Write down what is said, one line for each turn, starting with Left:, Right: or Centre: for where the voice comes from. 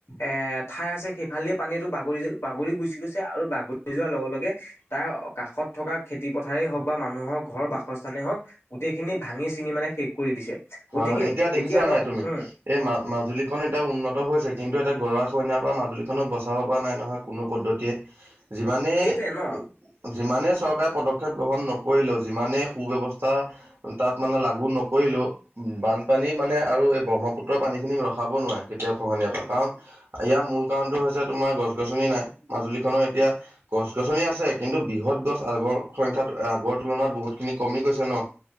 Left: এ, ঠাই আছে সেইফালে পানীতো বাগৰি বাগৰি গুচি গৈছে আৰু বাগৰি যোৱাৰ লগে লগে। তাৰ কাষত থকা খেতি পথাৰেই হওক বা মানুহৰ ঘৰ বা। কস্থানে হওক গোটেইখিনি ভাঙি চিঙি মানে শেষ কৰি দিছে।
Right: হয়,
Left: গতিকে
Right: হয় এতিয়া দেখিছা
Left: তই
Right: নাই তুমি।
Left: উম
Right: এই মা-মাজুলীখন এতিয়া উন্নত হৈছে। কিন্তু এটা গৰা সইনা পা মাজুলীখনক বচাব পৰা নাই নহয় কোনো পদ্ধতিয়ে। যিমানে
Left: সেইটোৱে ন
Right: <inaudible> যিমানে চৰকাৰে পদক্ষেপ গ্ৰহণ নকৰিলেও যিমানে সু ব্যৱস্থা তাত মানে লাগু নকৰিলেও। বানপানী মানে আৰু এই ব্ৰহ্মপুত্ৰৰ পানীখিনি ৰখাব নোৱাৰে কেতিয়াও খহনীয় পৰা কাৰণ। ইয়াৰ মূল কাৰণতো হৈছে তোমাৰ গছ গছনি নাই মাজুলীখনৰ এতিয়া। গছ গছনি আছে কিন্তু বৃহৎ গছ আগৰ সংস্যাত আগৰ তুলনাত বহুত খিনি কমি গৈছে ন'।